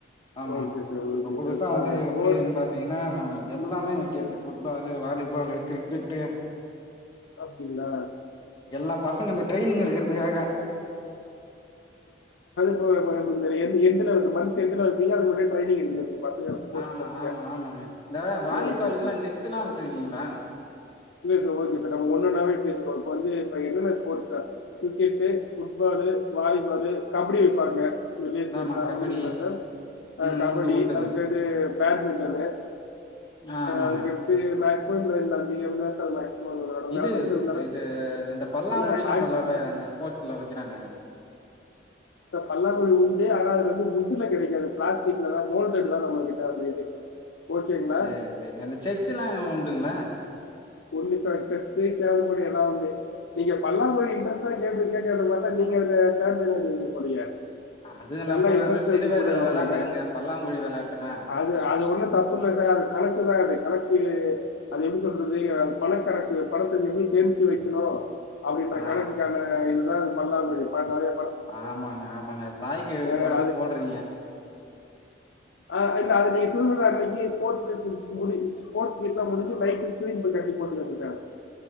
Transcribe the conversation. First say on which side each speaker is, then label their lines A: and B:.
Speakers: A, on the left (about 25°); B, on the left (about 70°).
A: ஆமா
B: ஓகே சார்
A: இப்ப
B: ஓகே
A: புதுசா
B: சார் இப்போ
A: வந்து
B: ஸ்போர்ட்ஸ்
A: எப்டினு பாத்தீங்கன்னா எல்லாமே விக்கிறது புட்பால் வாலிபால் கிரிக்கெட்டு
B: அப்டிங்ளா
A: எல்லா பசங்க அந்த ட்ரெயினிங் எடுக்குறதுக்காக
B: அப்போ <unintelligible> இந்த எண்டுல இந்த மந்த் எண்டுல <unintelligible> ட்ரைனிங் <unintelligible>
A: ஆமா
B: கத்துக்க
A: ஆமா ஆமாங்க இந்த வாலிபாலுக்குல்லா
B: ஓகே
A: நெட்டுலா வெச்சிருக்கீங்களா
B: இல்ல சார் ஓகே சார் நம்ம ஒன்னொன்னாவே பேசிருவோ இப்ப வந்து இப்ப என்னென்ன sport sir cricket football volleyball kabaddi வெப்பாங்க <unintelligible>
A: ஆமா கபடி
B: உண்டுங்களா சார்
A: ம்
B: கபடி
A: உண்டு உண்டுங்க
B: அதுக்கடுத்தது பேட்மின்டனு
A: ஆ ஆமாங்க
B: அதுக்கடுத்து அப்போ இந்த இந்த <unintelligible> இருந்தா சார் <unintelligible>
A: இது
B: வேற ஏதாச்சும் இருந்தாலும்
A: இது இந்த பல்லாங்குழிலா
B: ஏன்னா ஹாக்
A: விளாடுற அந்த ஸ்போர்ட்ஸ்ல வெக்கிறாங்க <inaudible>
B: சார் பல்லாங்குழி உண்டு ஆனா அது வந்து வுட்டு்ல கெடைக்காது பிளாஸ்டிக்ல தா மோல்டட்தா நம்ம கிட்ட அந்த இது ஓகேங்களா
A: சேரி செரிங்க அந்த செஸ்ஸுலா உண்டு ங்களா
B: உண்டு சார் செஸ் கேரம்போர்டு எல்லா உண்டு நீங்க பல்லாங்குழி இன்ட்ரெஸ்ட்டா கேக்கு கேட்குறத பாத்தா நீங்க சாம்பியனா இருப்பீங்க போலயே
A: அது
B: நல்ல
A: நம்ம
B: இன்ட்ரெஸ்ட்
A: வந்து சிறு
B: இருக்கு
A: வயதுல
B: போலயே உங்களுக்கு
A: வெளாண்டதுங்க பல்லாங்குழி வெளாட்டுல்லா
B: அது அது ஒண்ணு தப்பில்ல சார் அது கணக்குதா அது கணக் அது அது எப்டி சொல்றது ங்க பணக்கணக்கு பணத்தை எப்படி சேமிச்சு வைக்கணும் அப்டின்ற
A: ஆ
B: கணக்குக்கான இது ஆ பண்லா அது மாரி <unintelligible> நெறையா
A: ஆமாங்க ஆமாங்க தாய் கெழவி
B: அஹ்
A: படத்த போட்றீங்க
B: ஆ இல்ல அது நீங்க <unintelligible> அன்னக்கி இது ஸ்போர்ட்ஸ் <unintelligible> முடி ஸ்போர்ட்ஸ் மீட் எல்லா முடிஞ்சு நைட்டு தூக்கினு போய் கட்டி போட்டுட்டு வந்துட்டாங்க